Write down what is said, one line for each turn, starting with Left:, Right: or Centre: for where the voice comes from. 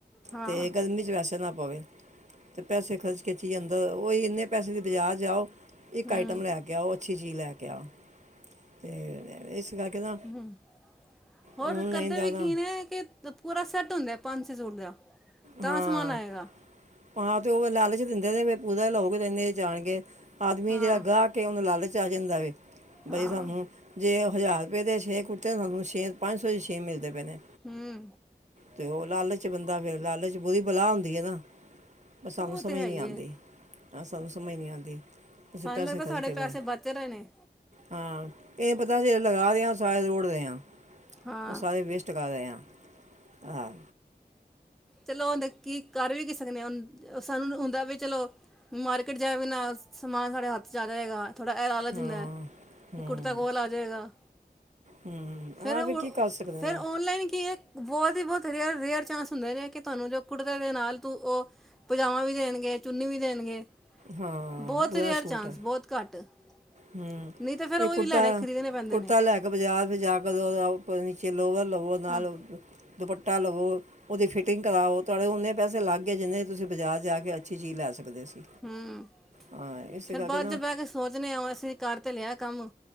Centre: ਹਾਂ
Right: ਤੇ ਗਰਮੀ ਚ ਵੈਸੇ ਨਾ ਪਵੇ। ਪੈਸੇ ਖਰਚ ਖਿੱਚ ਅੰਦਰ ਇੰਨੇ ਪਸੇ ਦੀ ਬਜ਼ਾਰ ਜਾਓ ਇੱਕ
Centre: ਹਮ
Right: ਆਈਟਮ ਲੈ ਕੇ ਗਿਆ ਉਹ ਅੱਛੀ ਚੀਜ਼ ਲੈ ਕੇ ਆ। ਅਤੇ ਇਸ ਨਾ
Centre: ਹਮ ਹੋਰ
Right: ਔਨਲਾਈਨ
Centre: ਕਰਦੇ
Right: ਜ਼ਿਆਦਾ
Centre: ਵੀਕੀਨ ਕਿ ਪੂਰਾ ਸੈੱਟ ਹੁੰਦਾ ਪੰਜ ਛੇ ਸੂਟ ਦਾ। ਤਾਂ
Right: ਹਾਂ-ਹਾਂ
Centre: ਸਮਾਨ ਆਏਗਾ
Right: ਤੇ ਓ ਲਾਲਚ ਦਿੰਦੇ ਨੇ <unintelligible> ਜਾਣਗੇ। ਆਦਮੀ
Centre: ਹਾਂ
Right: ਜੇੜਾ ਗਾ ਕੇ ਓਨੂੰ ਲਾਲਚ ਆ ਜਾਂਦਾ ਵੇ ਬਈ
Centre: ਹਾਂ
Right: ਸਾਨੂੰ ਜੇ ਹਜ਼ਾਰ ਰੁਪਏ ਦੇ ਛੇ ਕੁੜਤੇ ਤੁਹਾਨੂੰ ਛੇ ਪੰਜ ਸੌ ਦੇ ਛੇ ਮਿਲਦੇ ਪਏ ਨੇਮ
Centre: ਹਮ।
Right: ਤੇ ਉਹ ਲਾਲਚ ਬੰਦਾ ਫਿਰ ਲਾਲਚ ਬੁਰੀ ਪਲਾਹ ਹੁੰਦੀ ਹੈ ਨਾ। ਪਰ ਸਾਨੂੰ
Centre: ਉਹ
Right: ਸਮਝ
Centre: ਤੇ ਹੈ
Right: ਨਹੀਂ
Centre: ਹੀ
Right: ਆਉਂਦੀ।
Centre: ਹੈ
Right: ਸਾਨੂੰ ਸਮਝ ਨਹੀਂ ਆਉਂਦੀ ਅਸੀ
Centre: ਸਾਨੂੰ
Right: ਪੈਸੇ
Centre: ਲੱਗਦਾ
Right: ਖਚ
Centre: ਸਾਡੇ
Right: ਕੇ ਪੈ
Centre: ਪੈਸੇ ਬਚ ਰਹੇ ਨੇ
Right: ਹਾਂ ਇਹ ਪਤਾ ਅਸੀਂ ਲਗਾ ਦੇ ਹਾਂ ਸਾਰੇ ਦੋੜਦੇ ਹਾਂ
Centre: ਹਾਂ
Right: ਉਹ ਸਾਰੇ ਵੇਸਟ ਪੁਟਕਾਰਾਲ ਹਾਂ ਆਂ।
Centre: ਚਲੋ ਕੀ ਕਰ ਵੀ ਕਿਸੇਦੇ ਸਾਨੂੰ ਹੁੰਦਾ ਵੀ ਚਲੋ। ਮਾਰਕੀਟ ਜਾ ਵੀ ਨਾ ਸਮਾਨ ਸਾਡੇ ਹੱਥ ਜ਼ਿਆ ਰਿਦਾ ਹੈਗਾ। ਥੋੜਾ ਹੈਰਾਾਲਾ ਜਾਂਿੰਦਾ
Right: ਹਾਂ ਹੂੰ
Centre: ਵੀ ਕੁੜਤਾ ਕੋਲ ਆ ਜਾਵੇਗਾ।
Right: ਹੂੰ
Centre: ਫਿਰ
Right: ਆਹ ਵੀ ਕੀ ਕਰ ਸਕਦੇ
Centre: ਫਿਰ
Right: ਹਾਂ
Centre: ਔਨਲਾਈਨ ਕੀ ਹੈ। ਬਹੁਤ ਹੀ ਬਹੁਤ ਰੇਅਰ ਰੇਅਰ ਚਾਂਸ ਹੁੰਦਾ ਰਿਹਾ। ਤੁਹਾਨੂੰ ਜੋ ਕੁੜਤੇ ਦੇ ਨਾਲ ਤੂੰ ਉਹ ਪਜਾਮਾ ਵੀ ਦੇਣਗੇ ਚੁੰਨੀ ਵੀ ਦੇਣਗੇ।
Right: ਹਾਂ
Centre: ਬਹੁਤ
Right: ਬੁਰਾ
Centre: ਰੇਅਰ
Right: ਸੂਟ
Centre: ਚਾਂਸ
Right: ਆ
Centre: ਬਹੁਤ ਘੱਟ ਨਹੀਂ
Right: ਹੂੰ
Centre: ਤਾਂ ਫੇਰ
Right: ਇਹ
Centre: ਉਹ
Right: ਕੁੜਤਾ
Centre: ਵੀ ਲੈਣੇ ਖਰੀਦਣੇ ਪੈਂਦੇ
Right: ਕੁੜਤਾ
Centre: ਨੇ।
Right: ਲੈ ਬਾਜ਼ਾਰ ਫ ਜਾ ਕੇ ਨੀਚੇ ਲੋਵਰ ਲਵੋ ਨਾਲ
Centre: ਹਾਂ
Right: ਦੁਪੱਟਾ ਲਵੋ ਉਹਦੀ ਫਿਟਿੰਗ ਕਰਵਾਓ ਤੁਹਾਡੇ ਉਓਨੇ ਪੈਸੇ ਲੱਗ ਗਏ ਜਿਹਦੇ ਦੀ ਤੁਸੀਂਜ਼ਾਰ ਜਾ ਕੇ ਅੱਛੀ ਚੀਜ਼ ਲੈ ਸਕਦੇ ਸੀ।
Centre: ਹਮ
Right: ਹਾਂ ਇਸੇ
Centre: ਫਿਰ
Right: ਕਰਕੇ
Centre: ਬਾਅਦ
Right: ਨਾ
Centre: ਚ ਬਹਿ ਕੇ ਸੋਚਦੇ ਆ ਅਸੀਂ ਕਰ ਤੇ ਲਿਆ ਕੰਮ